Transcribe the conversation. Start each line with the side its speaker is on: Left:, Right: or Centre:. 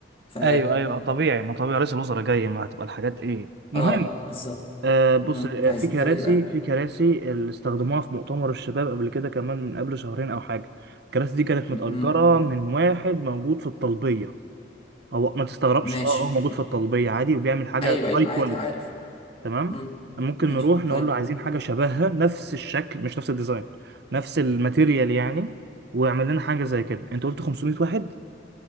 Left: ف
Right: ايوه ايوه طبيعي ما طبيعي رئيس الوزراء جاي ما هتبقى الحاجات ايه المهم
Left: آه بالظبط
Right: آه، بص
Left: آه
Right: آه،
Left: فعايزين
Right: في كراسي
Left: نعمل إيه بقى؟
Right: في كراسي اللي استخدموها في مؤتمر الشباب قبل كده كمان من قبل شهرين او حاجه الكراسي دي كانت متأجرة
Left: مم.
Right: من واحد موجود في الطلبيه هو ما تستغربش
Left: ماشي
Right: اه هو موجود في الطلبيه عادي وبيعمل حاجه
Left: أيوه أيوه
Right: هاي كواليتي
Left: عادي عارف
Right: تمام
Left: مم.
Right: ممكن
Left: ماشي
Right: نروح نقول
Left: طيب
Right: له عايزين حاجه شبهها نفس الشكل مش نفس الديزاين نفس الماتيريال يعني ويعمل لنا حاجه زي كده انت قلت 500 واحد